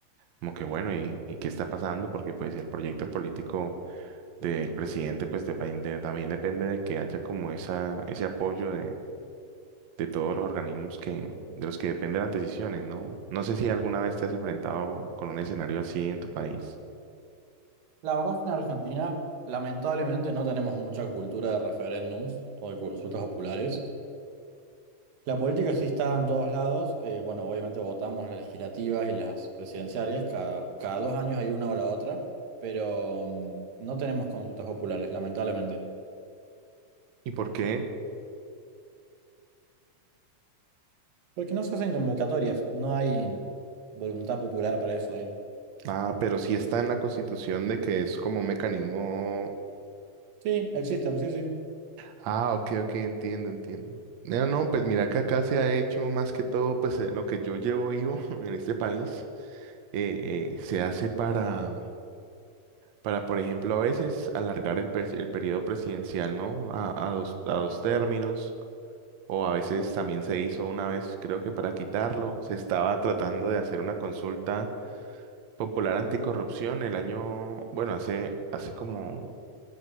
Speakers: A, on the right (about 65°); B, on the right (about 85°).
A: como que bueno, ¿y, y qué está pasando? Porque pues el proyecto político del presidente pues depende, también depende de que haya como esa, ese apoyo de todos los organismos que, de los que dependen las decisiones, ¿no? No sé si alguna vez te has enfrentado con un escenario así en tu país.
B: La verdad es que en Argentina, lamentablemente, no tenemos mucha cultura de referéndums o de consultas populares. La política sí está en todos lados. eh, bueno, obviamente votamos las legislativas y las presidenciales. Cada, cada dos años hay una o la otra, pero mm, no tenemos consultas populares, lamentablemente.
A: ¿Y por qué?
B: Porque no se hacen convocatorias, no hay voluntad popular para eso, digamos.
A: Ah, pero sí está en la Constitución de que es como un mecanismo.
B: Sí, existen, sí,
A: Ah, ok, ok, entiendo, entiendo. No, no, pues mira que acá se ha hecho más que todo, pues en lo que yo llevo vivo <laughs> en este país, eh, eh, se hace para, para, por ejemplo, a veces alargar el, pres- el periodo presidencial, ¿no? A, a dos, a dos términos. O a veces también se hizo una vez, creo que para quitarlo, se estaba tratando de hacer una consulta popular anticorrupción el año, bueno, hace, hace como